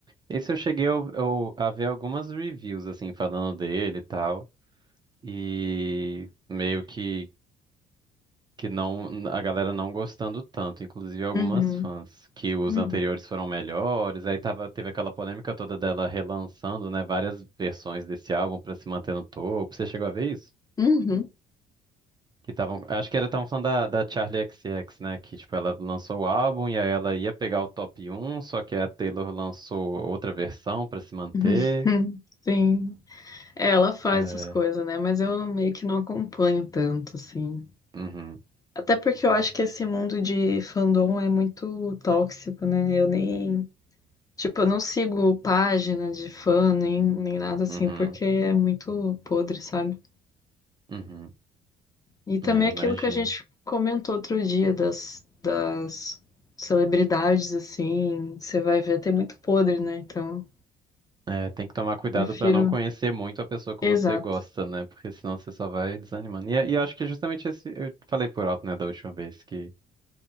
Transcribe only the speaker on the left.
Uhum,
uhum,
uhum.
<laughs> Sim, É, ela faz
essas coisas, né? Mas eu meio que não acompanho tanto, assim.
Até porque eu acho que esse mundo de fandom é muito tóxico, né? Eu nem. Tipo, eu não sigo página de fã, nem, nem nada assim,
porque é muito podre, sabe?
E também
aquilo
que a gente comentou outro dia das, das celebridades, assim, você vai ver, tem muito podre, né? Então,
prefiro.
Exato.